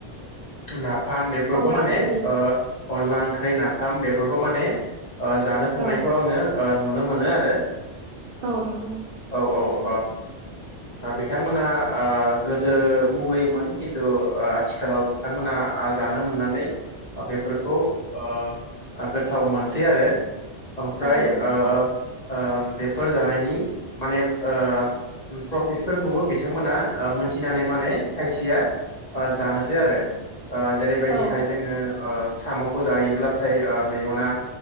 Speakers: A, on the left (about 40°); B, on the right (about 55°).
A: नाफाम बेफोरखौ
B: अनला
A: माने
B: ओंख्रै
A: ओ अनला ओंख्रै नाफाम बेफोरखौ माने जानो थांनायखौ
B: औ
A: आङो ओ नुनो मोनो आरो
B: औ नंगौ
A: औ औ ओ दा बिथांमोना ओ गोदो मुगैयोमोन खिन्थु ओ आथिखालाव बिथांमोना ओ जानो मोननानै बेफोरखौ ओ गोथाव मोनसै आरो। ओमफ्राय
B: औ नंगौ
A: ओ
B: नंगौ
A: ओम बेफोर जानायनि माने ओ प्रफिटफोरखौबो बिथांमोना मोनथिनानै माने खायसेया ओ जानोसै आरो ओ जेरैबायदिहाय
B: औ
A: जोङो ओ साम'खौ जायो ब्लाथाय ओ मेगना